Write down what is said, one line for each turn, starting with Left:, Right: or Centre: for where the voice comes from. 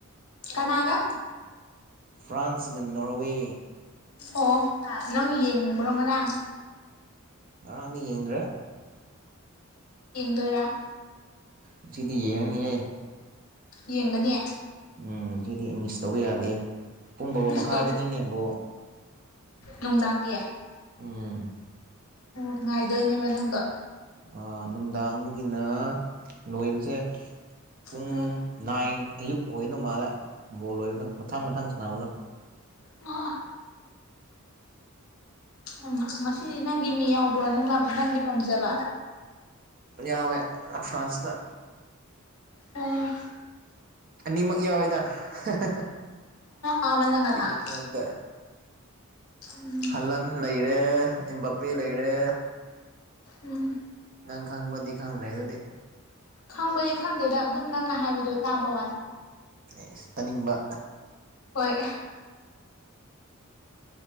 Left: ꯀꯅꯥꯒ
Right: ꯐ꯭ꯔꯥꯟꯁꯒ ꯅꯣꯔꯋꯦ
Left: ꯑꯣ ꯅꯪ ꯌꯦꯡꯕ꯭ꯔꯣ ꯉꯔꯥꯡ
Right: ꯉꯔꯥꯡ ꯌꯦꯡꯗ꯭ꯔꯦ
Left: ꯗꯣꯏꯔꯥ
Right: ꯉꯁꯤꯗꯤꯌꯦꯡꯅꯤꯌꯦ
Left: ꯌꯦꯡꯒꯅꯤ
Right: ꯎꯝ ꯁꯤꯗꯤ ꯃꯤꯁ ꯇꯧꯕ ꯌꯥꯗꯦ ꯄꯨꯡ ꯕꯔꯣ
Left: ꯃꯤꯁ
Right: ꯃꯈꯥꯏꯗꯅꯃꯤ
Left: ꯇꯧ
Right: ꯕꯣꯜ
Left: ꯅꯨꯡꯗꯥꯡꯒꯤ
Right: ꯎꯝ
Left: ꯑꯣ ꯉꯥꯏꯗꯣꯏꯅꯦꯕ ꯅꯪꯗꯣ
Right: ꯑꯥ ꯅꯨꯡꯗꯥꯡꯗꯒꯤꯅ ꯂꯣꯏꯕꯁꯦ ꯄꯨꯡ
Left: ꯎꯝ
Right: ꯅꯥꯏꯟ ꯑꯌꯨꯛ ꯑꯣꯏꯗꯧ ꯃꯥꯜꯂꯦ ꯕꯣꯜ ꯂꯣꯏꯔꯒ ꯃꯊꯪ ꯃꯊꯪ ꯁꯥꯟꯅꯕꯗꯣ
Left: ꯑꯥ ꯎꯝ ꯉꯁꯤꯗꯤ ꯅꯪꯒꯤ ꯃꯤ ꯌꯥꯎꯕ꯭ꯔꯣ ꯅꯪꯅ ꯅꯪꯒꯤ ꯄꯥꯝꯖꯕ
Right: ꯌꯥꯎꯋꯦ ꯐ꯭ꯔꯥꯟꯁꯇ
Left: ꯑꯣ
Right: ꯑꯅꯤꯃꯛ ꯌꯥꯎꯏꯗ ꯍꯥꯍꯥ ꯍꯥ
Left: ꯑꯥ ꯃꯂꯪꯒꯅ
Right: ꯇꯤꯝꯑꯅꯤꯃꯛꯇ
Left: ꯎꯝ
Right: ꯍꯂꯟ ꯂꯩ ꯔꯦ ꯏꯝꯕꯄꯦ ꯂꯩꯔꯦ
Left: ꯎꯝ
Right: ꯅꯪ ꯈꯪꯕꯗꯤ ꯈꯪꯗ꯭ꯔꯦ ꯑꯗꯨꯗꯤ
Left: ꯈꯪꯕꯗꯤ ꯈꯪꯗꯦꯗ ꯑꯗꯨꯝ ꯅꯪꯅ ꯍꯥꯏꯕꯗꯣ ꯇꯥꯕ ꯋꯥꯅꯤ
Right: ꯑꯣ ꯑꯣ ꯇꯥꯅꯤꯡꯕ
Left: ꯍꯣꯏ